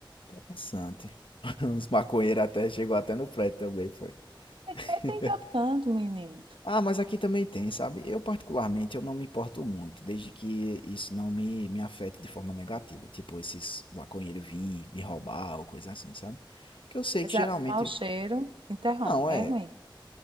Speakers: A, on the left (about 75°); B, on the right (about 80°).
A: Interessante. <laughs> Os maconheiros até chegou até no prédio também, foi. <laughs>
B: É, tem tanto canto, menino.
A: Ah, mas aqui também tem, sabe? Eu particularmente eu não me importo muito, desde que isso não me, me afete de forma negativa, tipo esses maconheiros vir me roubar ou coisa assim, sabe? Porque eu sei
B: Mas
A: que geralmente,
B: a- o mau cheiro interrompe.
A: não é,
B: É ruim,